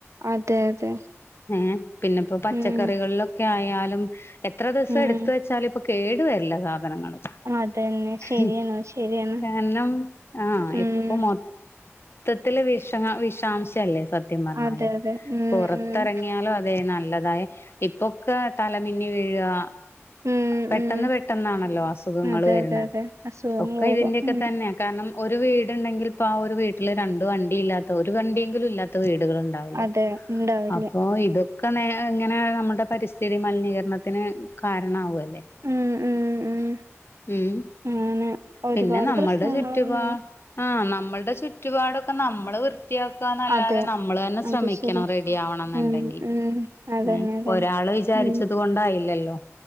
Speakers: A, on the right; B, on the left.
A: അതെ അതെ
B: ഹേ പിന്നെപ്പോ പച്ചക്കറികളിലൊ-
A: ഉം
B: ക്കെ ആയാലും എത്ര ദിവസം
A: ഉം
B: എടുത്ത് വച്ചാലും ഇപ്പൊ കേടു വരില്ല സാധ സാധനങ്ങള്
A: അതന്നെ ശരിയാണ്
B: മ്
A: ശരിയാണ്
B: കാരണം ആ
A: ഉം
B: ഇപ്പൊ മൊ മൊത്തത്തില് വിഷമാ വിഷാംശ റ്റല്ലേ സത്യം പറഞ്ഞാല്.
A: അതെ അതെ ഉം
B: പുറത്തെറങ്ങിയാലും
A: ഉം
B: അതെ നല്ലതായ ഇപ്പൊക്കെ തലമിന്നി വീഴാ
A: ഉം
B: പെട്ടെന്ന്
A: ഉം
B: പെട്ടെന്നാണല്ലോ അസുഖങ്ങള്
A: അതെ
B: വരണെ.
A: അതെ അതെ അസുഖങ്ങൾ
B: ഒക്കെ
A: വരും
B: ഇതിന്റെയൊക്കെ
A: ഉം
B: തന്നെ കാരണം ഒരു വീട്ണ്ടെങ്കിൽ ഇപ്പോ ആ ഒരു വീട്ടില് രണ്ടു വണ്ടി ഇല്ലാത്ത ഒരു വണ്ടിയെങ്കിലും ഇല്ലാത്ത വീടുകളു ണ്ടാവില്ല.
A: അതെ ഉണ്ടാവില്ല
B: അപ്പോ ഇതൊ ഒക്കെ ഇങ്ങനെ നമ്മുടെ പരിസ്ഥിതി മലിനീകരണത്തിന് കാരണ ആവു അല്ലേ? <unintelligible>
A: ഉം ഉം ഉം
B: ഉം
A: അങ്ങനെ ഒരുപാട്
B: പിന്നെ നമ്മൾടെ
A: പ്രശ്നങ്ങൾ
B: ചുറ്റുപാ
A: തന്നെയാണ്
B: ആഹ് നമ്മൾടെ ചുറ്റുപാടൊക്കെ നമ്മള് വൃ ത്തിയാക്കാന്നല്ലാതെ
A: അതെ
B: നമ്മള്തന്നെ ശ്രമിക്കണം
A: അത് ശരിയാ
B: റെഡി ആവണെന്നുണ്ടെങ്കി
A: ഉം ഉം അതന്നെ
B: ഏഹ്
A: അതന്നെ
B: ഒരാള് ഇ വിചാരിച്ചത്
A: ഉം
B: കൊണ്ടായില്ലല്ലോ